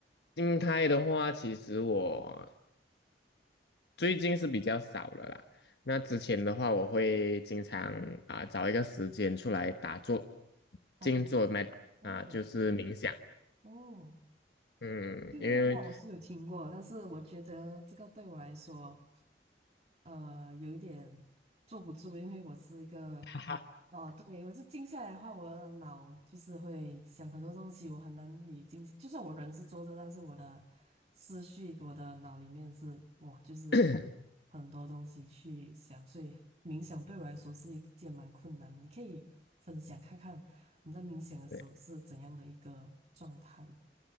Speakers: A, on the left; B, on the right.
A: 静态的话，其实我最近是比较少了啦。那之前的话，我会经常啊、找一个时间出来打坐、
B: 啊，
A: 静坐，麦啊、
B: 哦
A: 就是冥想。
B: 哦。
A: 嗯，
B: 这个的话我是有听过，
A: 因为
B: 但是我觉得这个对我来说，呃，有一点坐不住，因为我是一个，
A: <coughs> 哈哈，
B: 哦，对，我就静下来的话，我的脑就是会想很多东西，我很难以静，就算我人是坐着，但是我的思绪，我的脑里面是，哇，就是
A: <clears throat>
B: 很多东西去想，所以冥想对我来说是一件蛮困难。你可以分享看看你在冥想的时候是怎样的一个状态？
A: 对